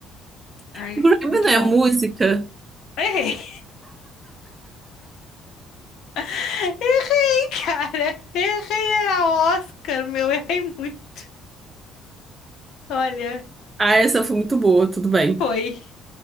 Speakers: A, on the left; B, on the right.
A: Ai,
B: Grammy
A: muito
B: não é
A: bom.
B: música?
A: Errei! <laughs> Errei, cara! Errei, era Oscar, meu, errei muito. Olha,
B: Ah, essa foi muito boa, tudo bem.
A: foi